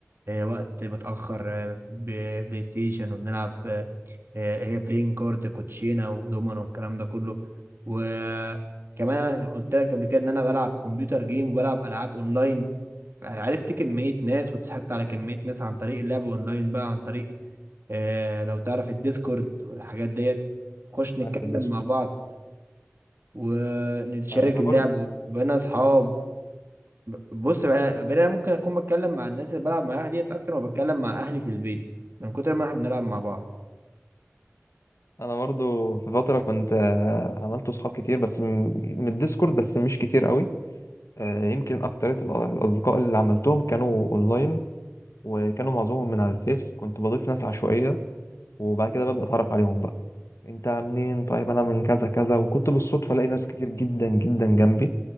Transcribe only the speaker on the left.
أيوة،
عارف الديسكورس
أنا
برضه
انا برضو في فتره كنت آه، عملت صحاب كتير بس م- من الديسكورد بس مش كتير قوي آه، يمكن اكتريه الأ- الاصدقاء اللي عملتهم كانوا اونلاين وكانوا معظمهم من على الفيس كنت بضيف ناس عشوائيه وبعد كده ببدا اتعرف عليهم بقى انت منين طيب انا من كذا كذا وكنت بالصدفه الاقي ناس كتير جدا جدا جنبي